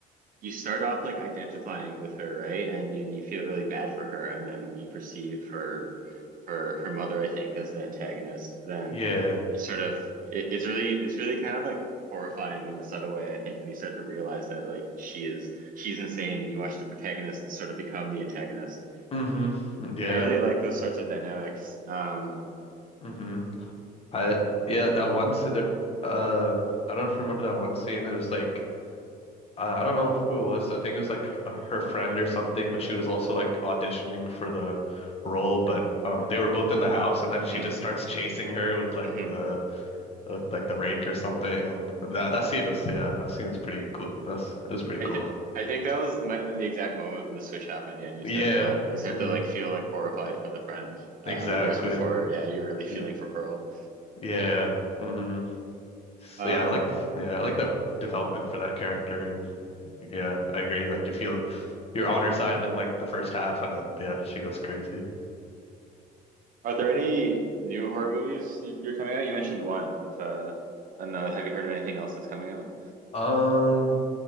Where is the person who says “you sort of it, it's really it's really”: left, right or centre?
Right